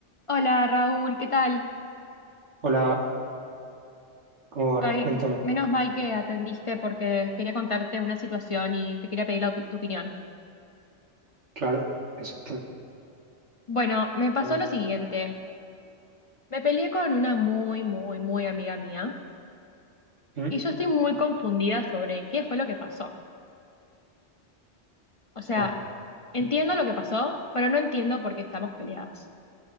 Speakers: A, on the left (about 35°); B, on the right (about 75°).
A: Hola Raúl, ¿qué tal?
B: Hola, ¿cómo vas?
A: Ay,
B: Cuéntame.
A: menos mal que atendiste porque quería contarte una situación y te quería pedir la opi- tu opinión.
B: Claro, eso estoy.
A: Bueno, me pasó
B: A ver,
A: lo siguiente. Me peleé con una muy, muy, muy amiga mía
B: ¿Mm?
A: y yo estoy muy confundida sobre qué fue lo que pasó. O sea,
B: Ah,
A: entiendo lo que pasó, pero no entiendo por qué estamos peleadas.